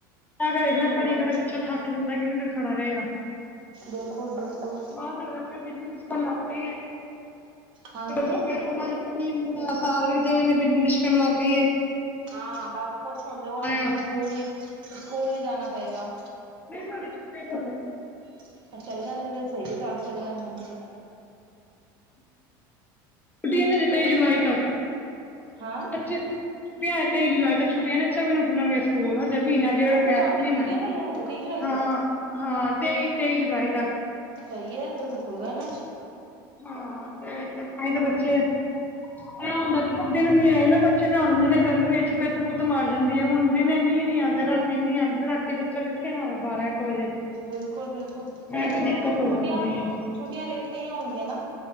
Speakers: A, on the left (about 15°); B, on the right (about 50°).
A: ਕੇ ਦੇਖ ਲਿਆ
B: ਹੋਰ
A: ਖੜੀ ਖੜਾ ਬੱਚਾ ਥੱਕ ਕੇ ਜਾਂਦਾ ਕਿ ਕਿੰਨੀ ਦੇਰ ਫਿਰ ਖੜਾ ਰਏਗਾ।
B: ਬਿਲਕੁਲ-ਬਿਲਕੁਲ।
A: ਫੇਰ ਬਿਜਲੀ ਲਿਸ਼ਕਨ ਲੱਗ ਪਈ ਐ
B: ਹਾਂਜੀ
A: ਸਾਡੇ ਤੋਂ ਫੇਰ ਹੁਨ। <unintelligible> ਬਿੱਜਲੀ ਬਿਸ਼ਕਣ ਲੱਗ ਪਈ ਏ।
B: ਹਾਂ ਬਸ ਖੁਸ਼ ਹੁੰਦੇ ਹੋਣ ਗੇ ਹੁਣ
A: ਆ
B: ਸਕੂਲ ਨੀ ਸਕੂਲ ਨੀ ਜਾਣਾ ਪਏਗਾ।
A: ਨਈਂ ਸਾਡੇ ਚਿੱਟੇ ਨੀ ਹੋਣੇ।
B: ਅ ਚਲੇ ਜਾਂਦੇ ਨੇ ਸਈ ਐ ਤੁਆਡੇ ਚਲੇ ਜਾਂਦੇ ਨੇ ਜੇ।
A: ਛੁੱਟੀ ਏ ਨਾ
B: ਜੇ।
A: ਜੀ ਤੇਈ ਜੁਲਾਈ ਤੱਕ।
B: ਹਾਂ।
A: ਪੱਚੀ ਛੁੱਟੀਆਂ ਨੇ ਤੇਈ ਜੁਲਾਈ ਤੱਕ ਛੁਟੀਆਂ ਨੇ ਛੱਬੀ ਵੀ ਨੂੰ ਖੁੱਲਣ ਗੇ ਸਕੂਲ ਹਜੇ ਮੀਨਾ ਡੇਢ
B: ਅੱਛਾ
A: ਪਿਆ
B: ਤੁਹਾਡੀ
A: ਮੀਨਾ
B: ਛੁੱਟੀਆਂ
A: ਐ
B: ਪਈਆਂ ਹਜੇ ਤੇਈ ਜੁਲਾਈ ਤੱਕ
A: ਹਾਂ ਤੇਈ-ਤੇਈ ਜੁਲਾਈ ਤੱਕ।
B: ਸਈ ਐ ਦੁੱਦ ਖੁਰਦਾ ਨੀ।
A: ਹਾਂ ਤੇ ਤਾਂ ਹੀ ਤੇ ਬੱਚੇ ਇਉ ਹੁੰਦਾ ਵੀ ਕਿ ਸਾਡੇ ਦਿਨ ਨੀ ਆਏ ਨਾ ਬੱਚੇ ਨਾ ਲੈਂਦੇ ਨੇ ਗਰਮੀਆਂ ਚ ਪਿਤ-ਪੁੱਤ ਮਰ ਜਾਂਦੀ ਐ ਹੁਣ ਤੇ ਮੀਂਹ ਨੀ ਆਂ ਰਾਤੀ ਮੀਂਹ ਆਂਦਾ ਰਾਤੀ ਬੱਚਾ ਕਿੱਥੇ ਨਾ ਵੇ ਬਾਰਾਂ ਇੱਕ ਵਜੇ।
B: ਬਿਲਕੁਲ-ਬਿਲਕੁਲ,
A: ਇਹ
B: ਫਿਰ
A: ਵੀ
B: ਥੋਡੀਆਂ
A: ਦਿੱਕਤ ਹੋ
B: ਛੁਟੀਆਂ-ਛੁੱਟੀਆਂ
A: ਜਾਂਦੀ ਹੈ
B: ਲੇਟ ਪਈਆਂ ਹੋਣਗੀਆਂ ਨਾ।